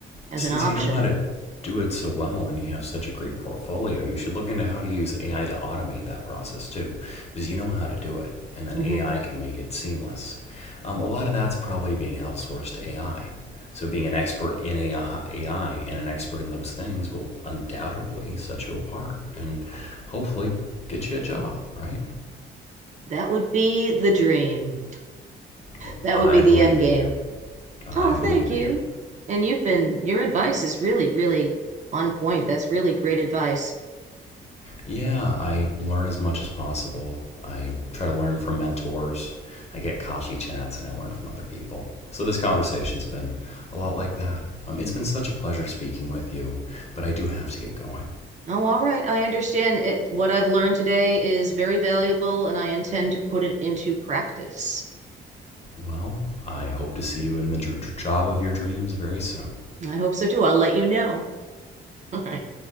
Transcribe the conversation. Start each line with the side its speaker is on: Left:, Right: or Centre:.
Right: as
Left: Since
Right: an option.
Left: you know how to do it so well and you have such a great portfolio, you should look into how to use AI to automate that process too, because you know how to do it, and then
Right: Mhm.
Left: AI can make it seamless. Um, a lot of that's probably being outsourced to AI. So, being an expert in AI AI and an expert in those things will undoubtedly set you apart and hopefully get you a job, right?
Right: That would be the dream.
Left: Well,
Right: That
Left: I
Right: would be the
Left: believe
Right: end
Left: in
Right: game.
Left: you. I
Right: Oh,
Left: believe
Right: thank you.
Left: in you.
Right: And you've been, your advice is really, really on point. That's really great advice.
Left: Yeah, I learn as much as possible. I try to learn from mentors. I get coffee chats and I learn from other people. So this conversation's been a lot like that. Um, it's been such a pleasure speaking with you, but I do have to get going.
Right: Oh, all right. I understand it. What I've learned today is very valuable, and I intend to put it into practice.
Left: Well, I hope to see you in the dr- job of your dreams very soon.
Right: I hope so too. I'll let you know. <laughs> All right.